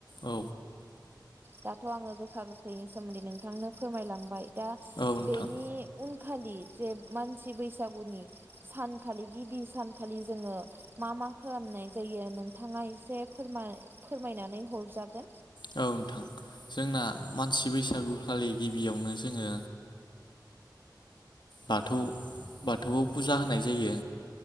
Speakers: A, on the left; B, on the right.
A: औ
B: दाथ' आङो गोखा गोखैनि सोमोनदै नोंथांनो फोरमायलांबाय दा
A: औ नोंथां
B: बेनि उन खालि जे मानसि बैसागुनि सानखालि गिबि सानखालि जोङो मा मा खालामनाय जायो नोंथाङा एसे फोरमायनानै हरजागोन
A: औ नोंथां जोंना मानसि बैसागु खालि गिबियावनो जोङो बाथौ बाथौआव फुजा होनाय जायो।